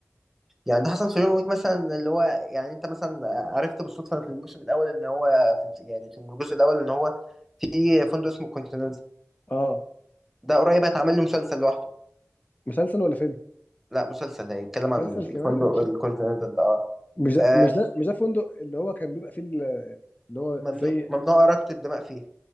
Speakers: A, in the centre; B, on the left.
A: يعني ده حصل في جون ويك مثلا اللي هو يعني انت مثلا عرفت بالصدفه في الموسم الاول ان هو في يعني في الجزء الاول ان هو في فندق اسمه كونتيننتال
B: اه
A: ده قريب هيتعمل له مسلسل لوحده
B: مسلسل ولا فيلم
A: لا مسلسل هيتكلم عن
B: مسلسل كمان
A: فندق الكونتيننتال اه
B: مش ده
A: آه،
B: مش ده مش ده فندق اللي هو كان بيبقى فيه ال- اللي هو
A: ممنوع
B: زي
A: ممنوع إراقة الدماء فيه